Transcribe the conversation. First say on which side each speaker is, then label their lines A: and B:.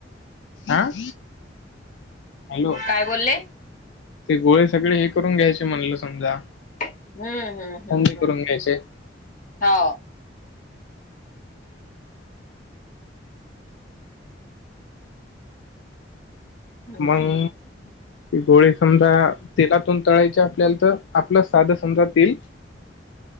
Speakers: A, on the left; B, on the left.
A: हां हॅलो
B: काय बोलले
A: ते गोळे सगळे हे करून घ्यायचे म्हणलं समजा.
B: हम्म हम्म हम्म
A: थंडी करून
B: हम्म
A: घ्यायचे
B: हा. हम्म
A: मंग ते गोळे समजा तेलातून तळायचे आपल्याला तर आपलं सादं समजातील